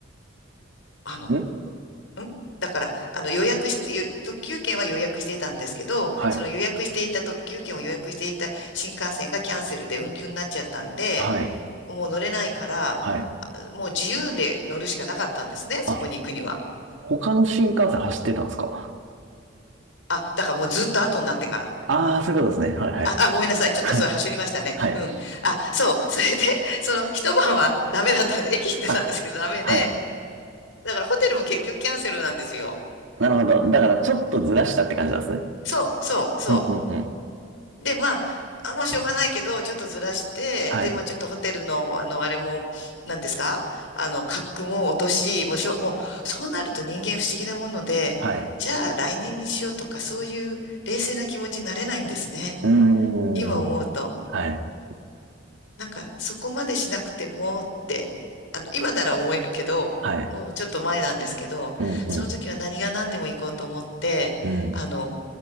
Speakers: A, on the left; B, on the right.
A: あの、
B: ん
A: んだから、あの、予約して、よ特急券は予約していたんですけど、
B: はい。
A: その予約していた特急券を予約していた新幹線がキャンセルで運休になっちゃったんで、
B: はい。
A: もう乗れないから、
B: はい。
A: もう自由で乗るしかなかったんですね、そこに行くには。
B: あ、他の新幹線走ってたんですか
A: あ、だからもうずっと後になってから。
B: ああー、そういうことですね。はい、はい。
A: あ、あ、ごめんなさい。
B: <laughs>
A: ちょっとそれ、
B: はい。
A: はりましたね。
B: はい。
A: うん。あ、そう。<laughs> それで、その、一晩はダメだったんで、<laughs> 駅行ってたんですけど、
B: あ、
A: ダメで。
B: はい。
A: だから、ホテルも結局キャンセルなんですよ。
B: なるほど。だから、ちょっとずらしたって感じなんですね。
A: そう、そう、そ
B: うん、うん、うん。
A: う。で、まあ、あ、もうしょうがないけど、ちょっとずらして、
B: はい。
A: で、まあ、ちょっとホテルの、あの、あれも、何ですかあの、格も落とし、もうしょ、もう、そうなると人間不思議なもので、
B: はい。
A: じゃあ、来年にしようとか、そういう冷静な気持ちになれないんですね。
B: うーん。
A: 今思うと。
B: はい。
A: なんか、そこまでしなくてもって、あの、今なら思えるけど、
B: はい。
A: もうちょっと前なんですけど、
B: うん、
A: その時は何が何でも行こうと思って、
B: うん、うん。
A: あの、